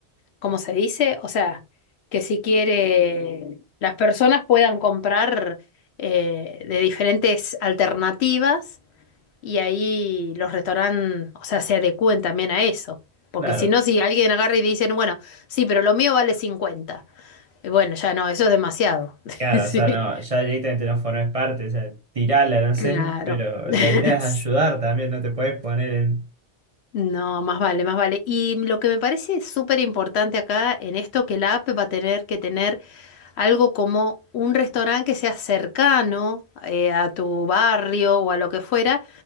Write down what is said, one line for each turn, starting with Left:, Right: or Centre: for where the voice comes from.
Left: ¿cómo se dice? O sea, que si quiere las personas puedan comprar eh, de diferentes alternativas y ahí los restaurantes, o sea, se adecúen también a eso. Porque
Right: claro,
Left: si no, si alguien agarra y dicen, bueno, sí, pero lo mío vale cincuenta, Y bueno, ya no, eso es demasiado. <laughs>
Right: claro,
Left: Sí,
Right: o sea, no, ya directamente no formes parte, o sea, tirala, no
Left: claro.
Right: sé, pero
Left: <laughs>
Right: la idea es ayudar también, no te puedes poner en...
Left: No, más vale, más vale. Y lo que me parece súper importante acá en esto, que la app va a tener que tener algo como un restaurante que sea cercano eh, a tu barrio o a lo que fuera,